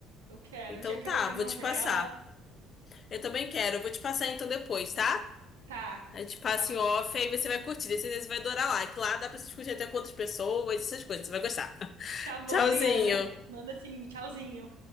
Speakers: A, on the right (about 80°); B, on the left (about 45°).
A: Eu quero.
B: Então
A: Já quero
B: tá,
A: outra
B: vou
A: novela.
B: te passar. Eu também quero. Eu vou te passar então depois, tá?
A: Tá,
B: A gente passa
A: tá bom.
B: em off, aí você vai curtir. Daí Você vai adorar lá. Que lá dá pra você discutir até com outras pessoas, essas coisas. Você vai gostar. <laughs>
A: Tá bom,
B: Tchauzinho.
A: obrigada. Manda assim, tchauzinho.